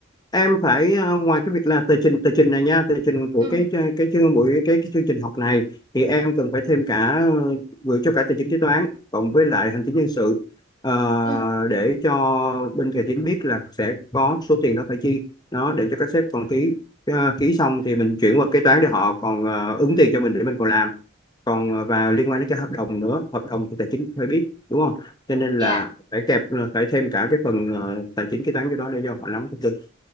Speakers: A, on the left; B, on the right.
A: em phải ờ, ngoài cái việc là tờ trình tờ trình này nha tờ trình của
B: Ừ,
A: cái ch- cái chương buổi cái, cái chương trình học này thì em cần phải thêm cả ờ, gửi cho cả tài chính kế toán cộng với lại hành chính nhân sự ờ,
B: ừ,
A: để cho bên tài chính biết là sẽ có số tiền đó phải chi nó để cho các sếp còn ký Ờ, ký xong thì mình chuyển qua kế toán để họ còn ờ, ứng tiền cho mình để mình còn làm còn ờ, vào liên quan đến cái hợp đồng nữa hợp đồng thì tài chính phải biết đúng không cho nên
B: dạ,
A: là phải kẹp ờ, phải thêm cả cái phần ờ, tài chính kế toán cho đó để cho họ nắm thông tin